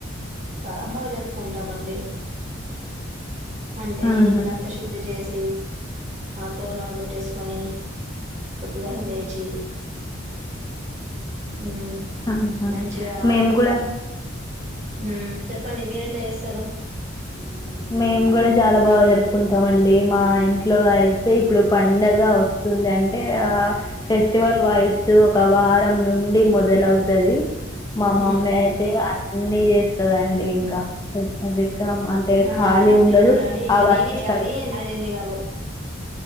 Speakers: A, on the right; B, on the left.
A: చాలా బాగా జరుపుకుంటామండి. అంటే
B: ఆహా
A: ఇల్లంతా శుద్ధి చేసి. ఆ తోరనాలు, కొట్టేసుకొని. పద్దుగాల లేచి. హ్మ్,
B: ఆహా
A: మంచిగా.
B: మేము కూడా
A: హ్మ్, చెప్పండి మీరు ఎట్లా చేస్తారు?
B: అ మేము కూడా చాలా బాగా జరుపుకుంటాం అండి మా ఇంట్లో అయితే ఇప్పుడు పండగ వస్తుంది అంటే ఆ ఫెస్టివల్ వైబ్స్ ఒక వారం నుండి మొదలవుతది మా
A: ఉమ్
B: మమ్మీ అయితే అన్నీ చేస్తదండి ఇంకా రికం అంటే
A: ఆ
B: ఖాళీ
A: మా మమ్మీ
B: ఉండదు.
A: కూడా అండి ఇంకా
B: అవన్నీ
A: నేనే చేయాలి
B: కడుగుతా
A: మరజ్ంది కాబట్టి